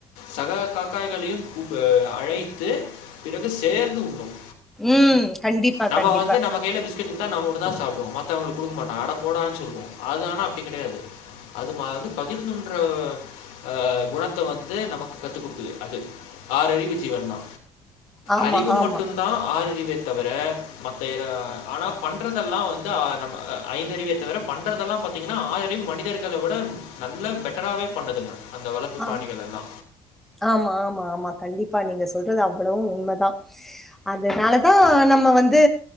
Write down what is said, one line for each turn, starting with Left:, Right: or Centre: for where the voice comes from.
Left: சக காக்காய்களையும் குப்பே அழைத்து பிறகு சேர்ந்து உண்ணும்
Centre: ம் கண்டிப்பா
Left: நம்ம
Centre: கண்டிப்பா
Left: வந்து நம்ம கைலபிச் க்கேட் குடுத்த நம்ம மட்டுந்தா சாப்டுவோ மத்தவுங்களுக் குடுக்க மாட்டா அடப் போடான் சொல்லுவோ அது ஆனா அப்டி கெடையாது அதுமா வந்து பகிர்ந்துன்ற அ அ குணத்த வந்து நமக்கு கத்து குடுக்குது அது ஆறறிவு ஜீவன்தா
Centre: ஆமா
Left: அறிவு
Centre: ஆமா
Left: மட்டுந்தா ஆறறிவேத் தவிர மத்த எர ஆனாப் பண்றதெல்லா வந்து ஆ நம்ம அ ஐந்தறிவேத்தவிரப் பண்றதெல்லாம் பத் தீங்கனா ஆறறிவு மனிதர்கள விட நல்ல பெட்டராவேப் பண்ணுதுங்க அந்த வளர்ப்புப்
Centre: ஆ
Left: பிராணிகள் எல்லா
Centre: ஆமா ஆமா ஆமா கண்டிப்பா நீங்க சொல்றது அவ்வளவு உண்மதா அதனாலதா நம்ம வந்து